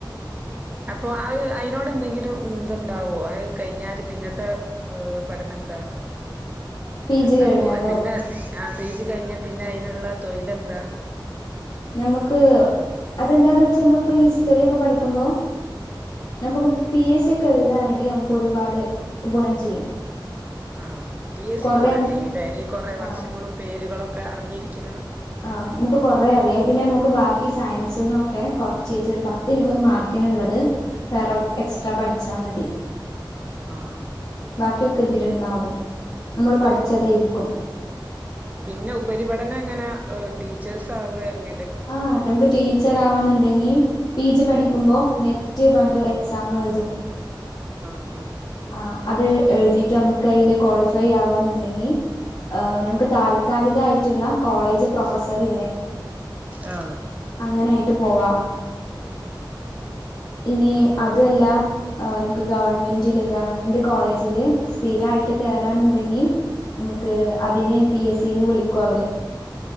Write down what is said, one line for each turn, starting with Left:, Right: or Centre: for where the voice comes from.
Right: അപ്പൊ അത് അയിനോടെന്തെങ്കിലും ഇത്ണ്ടാവോ അത് കഴിഞ്ഞാല് പിന്നത്തെ ഏഹ് പഠനെന്താ
Left: പി
Right: എന്താകൊ
Left: ജി കഴിഞ്ഞാലോ
Right: പിന്നെ ആ പീ ജി കഴിഞ്ഞ പിന്നെ അയിന്ള്ള തൊഴിലെന്താ?
Left: ഞമ്മക്ക് അതെന്താന്ന് വെച്ചാ മ്മൾപ്പോ ഹിസ്റ്ററ്യൊക്കെ പഠിക്ക്മ്പോ ഞാങ്ങ്ക്പ്പോ പി എസ് സി ഒക്കെ എഴ്താണെങ്കി അമുക്ക് ഒരുപാട് ഗുണം ചെയ്യും.
Right: ആഹ് പി എസ്
Left: കൊറേ
Right: സിക്ക് ഗുണം
Left: നമുക്ക്
Right: ചെയ്യും ലേ ഈ കൊറേ
Left: ആ
Right: വർഷങ്ങളും പേര്കളൊക്കെ അറിഞ്ഞിരിക്ന്നത്
Left: ആഹ് മ്മുക്ക് കാെറേ അറിയാം പിന്നെമുക്ക് ബാകി ഈ സയൻസ്ന്നൊക്കെ കൊർച്ചീച്ചേ ഒര് പത്ത് ഇരുപത് മാർക്കിന്ള്ളത് വേറെം എക്സ്ട്രാ പഠ്ച്ചാമതി
Right: ആഹ്
Left: ബാക്ക്യൊക്കെ ഇതില്ണ്ടാകും നമ്മൾ പഠിച്ചെതെയ്രിക്കും
Right: പിന്നെ ഉപരിപഠനം എങ്ങനാ ടീച്ചേഴ്സ് ആവേങ്ങ
Left: ആഹ് നമുക്ക് ടീച്ചർ ആവാന്ന്ണ്ടെങ്കി പി ജി പഠിക്കുമ്പോ നെറ്റ് വണ്ടൊരു എക്സാം എഴുതും.
Right: ആഹ് ആഹ്
Left: ആഹ് അത് എഴ്തീട്ട് അമ്മക്ക് അയ്ല് കാേളിഫൈ ആവാന്ന്ണ്ടെങ്കി ഏഹ് നമ്ക്ക് താൽക്കാലികായ്റ്റ്ള്ള കോളേജ് പ്രൊഫസറ്ല്ലേ
Right: ആഹ്
Left: അങ്ങനായിട്ട് പോവാ ഇനി അതും അല്ലാ ആ ഞമ്ക്ക് ഗവൺമെന്റില് ഗവൺമെന്റ് കോളേജ്ല് സ്ഥിരായിട്ട് കേറാന്ന്ണ്ടെങ്കി നമുക്ക് അതിനെ പി എസ് സിന്ന് വിളിക്കു അവര്.